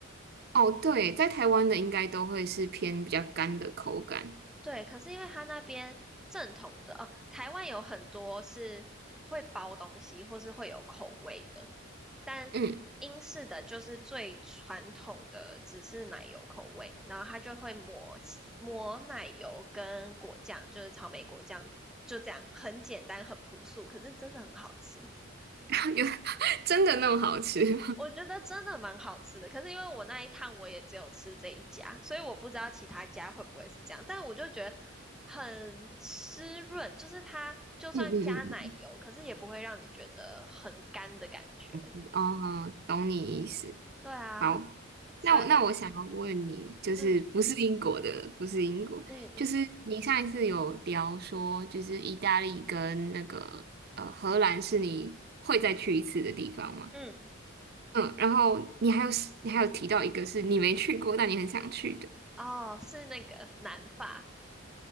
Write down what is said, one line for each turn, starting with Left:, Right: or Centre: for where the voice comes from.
Right: 哦，对，在台湾的应该都会是偏比较干的口感，
Centre: 对，可是因为它那边正统的哦，台湾有很多是会包东西或是会有口味的，但英式的就是最传统的，
Right: 嗯，
Centre: 只是奶油口味，然后它就会抹抹奶油跟果酱，就是草莓果酱，就这样，很简单很朴素，可是真的很好吃。
Right: <laughs> 有真的那么好吃，<laughs>
Centre: 我觉得真的蛮好吃的，可是因为我那一趟我也只有吃这一家，所以我不知道其他家会不会是这样。但我就觉得很湿润，就是它就算加奶油，
Right: 嗯嗯嗯，
Centre: 可是也不会让你觉得很干的感觉。
Right: 嗯哦，懂你意思。
Centre: 对啊，
Right: 好，
Centre: 所以我
Right: 那我那我想要问你，就是不是英国的，
Centre: 嗯
Right: 不是英国，
Centre: 嗯
Right: 就是你上一次有聊说，就是意大利跟那个呃荷兰是你会再去一次的地方吗？
Centre: 嗯，
Right: 嗯，然后你还有你还有提到一个是你没去过，但你很想去的。
Centre: 哦，是那个南法，